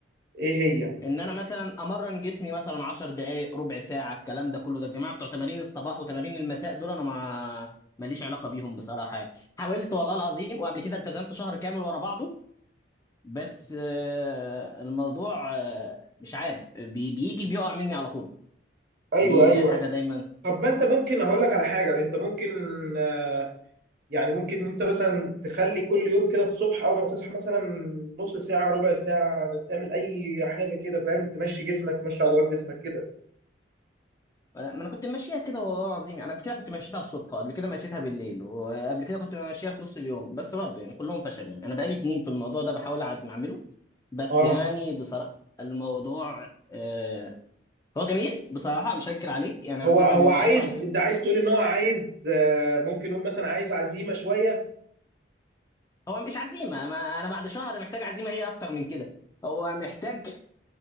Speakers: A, on the right; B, on the left.
A: ايه هي
B: إن أنا مثلا أمرن جسمي مثلا 10 دقايق ربع ساعة الكلام ده كله ده الجماعة بتوع تمارين الصباح وتمارين المساء دول أنا ما ماليش علاقة بيهم بصراحة يعني حاولت والله العظيم وقبل كده التزمت شهر كامل ورا بعضه بس آه، الموضوع آه، مش عارف بي- بيجي بيقع مني على طول
A: ايوه
B: دي
A: ايوه
B: حاجة دايما
A: طب ما انت ممكن هقول لك على حاجه انت ممكن آه، يعني ممكن انت مثلا تخلي كل يوم كده الصبح اول ما تصحى مثلا نص ساعة ربع ساعة تعمل اي حاجة كده فاهم تمشي جسمك تمشي عضلات جسمك كده
B: آه، ما انا كنت ماشيها كده والله العظيم يعني قبل كده كنت مشيتها الصبح وقبل كده مشيتها بالليل وقبل كده كنت ماشيها في نص اليوم بس برضه يعني كلهم فشلوا يعني انا بقالي سنين في الموضوع ده بحاول أعد- اعمله بس
A: اه
B: يعني بصراحة الموضوع آه، هو جميل بصراحة مش هنكر عليك يعني
A: هو
B: انا كل
A: هو
B: ما بيبدأ
A: عايز
B: يطلع لي كده
A: انت عايز تقول ان هو عايز آه، ممكن نقول مثلا عايز عزيمة شوية
B: هو مش عزيمة ما انا بعد شهر محتاج عزيمة ايه اكتر من كده هو محتاج